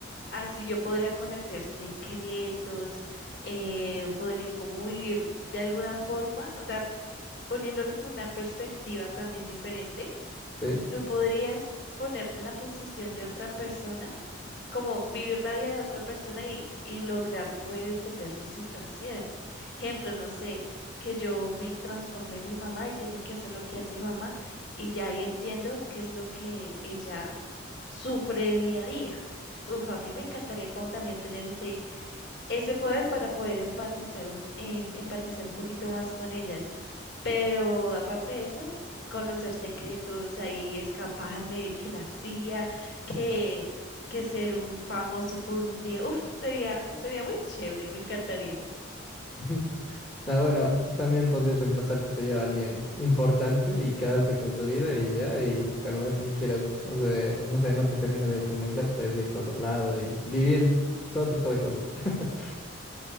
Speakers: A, on the left; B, on the left.
A: así yo podría conocer secretos, eh, podría como vivir de alguna forma, o sea, poniéndolo como una perspectiva también diferente,
B: Sí.
A: tú podrías ponerte en la posición de otra persona como vivir la vida de otra persona y, y lograr poder entender su situación. Ejemplo, no sé, que yo me transformé en mi mamá y tenga que hacer lo que hace mi mamá y ya ahí entiendo qué es lo que ella sufre día a día. Uf, a mí me encantaría como también tener ese, ese poder para poder empatizar un, em- empatizar un poquito más con ellas. Pero aparte de eso, conocer secretos, ahí escaparme, que la CIA, que, que ser un famoso por un día, uf, sería, sería muy chévere, me encantaría.
B: <laughs> Ujú. Ah, bueno, también podrías reemplazar, qué sé yo, a alguien importante y quedarte con su vida y ya, y al momento que quieras, o sea, no sé, no te termina de convencer, puedes irte a otro lado y vivir todo tipo de cosas. <laughs>